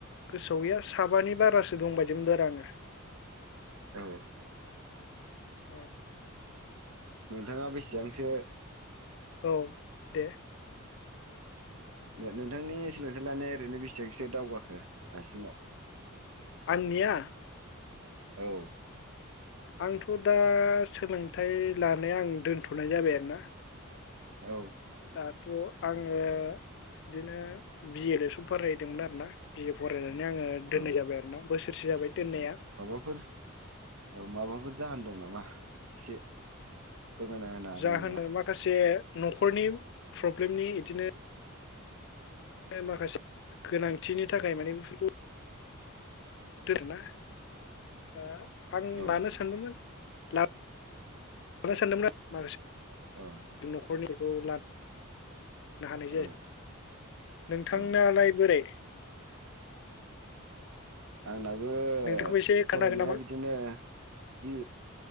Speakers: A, on the left; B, on the right.
A: गोसोआव गैया साबानि बारासो दं बायदिमोनदों आरो आंङो
B: औ
A: औ
B: नोंथांङा बेसेबांसो
A: औ दे
B: नो नोंथांनि सोलोंथाइ लानाया ओरैनो बेसेबांसो दावगाखो दासिमाव
A: आंनि आ
B: औ
A: आंथ' दा सोलोंथाइ लानाया आं दोनथ'नाय जाबाय आरोना
B: औ
A: दाथ' आङो बिदिनो बि ए ल'सो फरायदोंमोन आरो ना बि ए फरायनानै बिदिनो आङो
B: औ
A: दोननाय जाबाय आरोना बोसोरसे जाबाय दोननाया
B: औ माबाफोर औ माबाफोर जाहोन दं नामा एसे फोरमायना होनो हागोन
A: जा
B: नामा?
A: माखासे न'खरनि प्रब्लेमनि इदिनो बिदिनो माखासे गोनांथिनि थाखाय माने बिफोरखौ दोंना आ आं
B: औ
A: लानो सानदोंमोन लाब <unintelligible>
B: औ
A: न'खरनिफोरखौ ला हानाय जायासै
B: औ
A: नोंथांनालाय
B: औ
A: बोरै?
B: आंना बो
A: नोंथांखौबो एसे
B: फरायनाया
A: खोन्थागोन नामा
B: बिदिनो
A: अ
B: बि